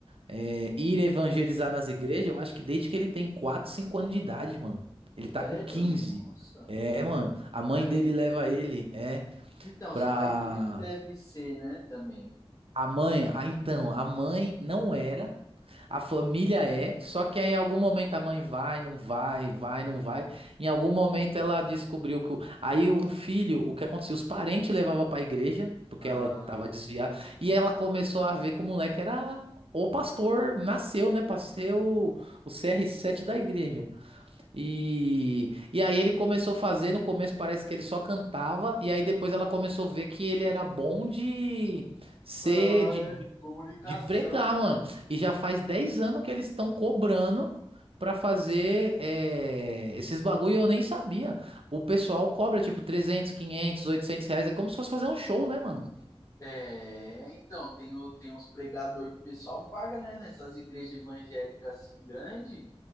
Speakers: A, on the right; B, on the left.
A: é, ir evangelizar nas igrejas, eu acho que desde que ele tem 4, 5 anos de idade, mano, ele tá
B: Sério?
A: com 15.
B: Nossa.
A: é, mano, a
B: Mas
A: mãe dele leva ele, é.
B: então, os
A: Pra
B: pais dele devem ser, né, também.
A: a mãe, ah, então, a mãe não era, a família é, só que aí em algum momento a mãe vai, não vai, vai, não vai. Em algum momento ela descobriu que o- aí o filho, o que acontecia? Os parentes levavam pra igreja, porque
B: Ah,
A: ela tava desviada, e ela começou a ver que o moleque era o pastor, nasceu, né, pra ser o, o CR7 da igreja. E, e aí ele começou a fazer, no começo parece que ele só cantava, e aí depois ela começou a ver que ele era bom de ser,
B: falar
A: de, de,
B: é comunicação,
A: de pregar,
B: né?
A: mano. E já faz 10 anos que eles estão cobrando pra fazer é, esses bagulho, e eu nem sabia. O pessoal cobra tipo 300 500 800 reais, é como se fosse fazer um show, né, mano?
B: É, então, tem, o, tem uns pregador que o pessoal paga, né, nessas igrejas evangélicas assim grande,